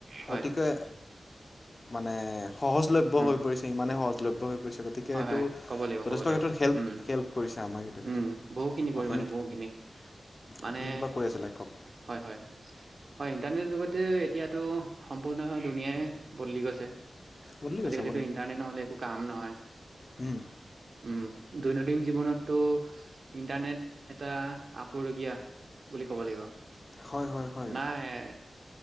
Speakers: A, on the right; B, on the left.
A: হয়,
B: অতিকৈ মানে সহজ ব্য
A: উম,
B: হৈ পৰিছে ইমানে সহজ লভ্য হৈ পৰিছে গতিকে
A: হয়,
B: এইটো
A: হয় ক'ব লাগিব,
B: যথেষ্ট
A: ক'ব লাগিব,
B: ক্ষেত্ৰত হেল্প
A: উম,
B: হেল্প কৰিছে আমাক এইটো ক্ষেত্ৰত
A: উম, বহুখিনি পৰিমাণে
B: আপুনি
A: বহুখিনি মানে
B: আপুনি কিবা কৈ আছিলে কওক
A: হয়, হয়, হয়। ইণ্টাৰনেট যুগতে এতিয়াতো সম্পূৰ্ণ দুুনীয়াই বদলি গৈছে।
B: বদলি গৈছে
A: আজিকালিটো ইন্টাৰনেট নহ'লে একো কাম নহয়।
B: উম।
A: উম, দৈনন্দিন জীৱনতটো ইন্টাৰনেট এটা আপুৰুগীয়া। বুলি ক'ব লাগিব,
B: হয় হয় হয়
A: নাই